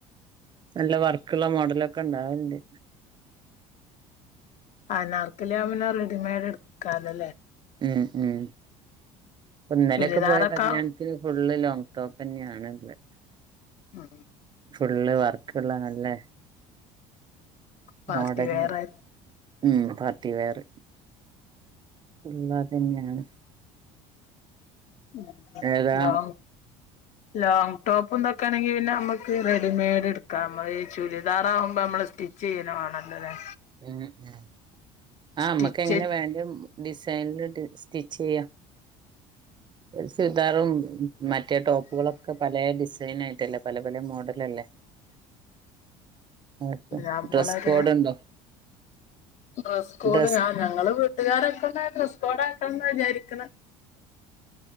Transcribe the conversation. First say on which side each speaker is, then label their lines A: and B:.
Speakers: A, on the right; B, on the left.
A: നല്ല വർക്കുള്ള മോഡലൊക്കെ ഉണ്ടാവലുണ്ട്
B: അനാർക്കലി ആവുമ്പോ റെഡിമെയ്ഡ് എടുക്കാലോ
A: ഉം ഉം ഇപ്പം ഇന്നലൊക്കെ
B: ചുരിദാറൊക്കെ
A: പോയ കല്യാണ ഇപ്പയ്ന് ഫുള്ള് ലോങ് ടോപ്പ് എന്നെയാണല്ലോ
B: ഉം
A: ഫുള്ള് വർക്ക്ള്ള നല്ലേ
B: പാർട്ടി
A: മോഡൽ
B: വെയർ
A: ല്
B: ആയിരുന്നു.
A: ഉം പാർട്ടി വെയർ ഫുള്ള് അതന്നെയാണ്
B: ഉം ഹലോ
A: ഏതാ
B: ലോങ് ടോപ്പ്ന്തൊക്കെയാണെങ്കിൽ പിന്നെ നമ്മുക്ക് റെഡിമെയ്ഡ് ഇട്ക്കാം ഈ ചുരിദാറാവുമ്പോ നമ്മള് സ്റ്റി ചെയ്യന്നെ മാണല്ലൊലേ
A: ഉം ഉം ആഹ്
B: സ്റ്റിച്ച്
A: നമ്മക്ക് എങ്ങനെ വേണ്ട ഡിസൈനില് സ്റ്റിച്ച് ചെയ്യാം സുതാറും മറ്റേ ടോപ്പുകളൊക്കെ പല ഡിസൈൻ ആയിട്ടല്ലെപ്പൊ പല പല മോഡലല്ലേ പ്പ
B: നമ്മളൊരു
A: ഡ്രസ്സ് കോഡ് ഉണ്ടോ
B: ഡ്രസ്സ്കോഡ്
A: ഡ്രസ്
B: ആഹ് ഞങ്ങള് വീട്ടുകാരൊക്കെ ഡ്രസ്സ് കോഡ് ആക്കണന്നാ വിചാരിക്കണ്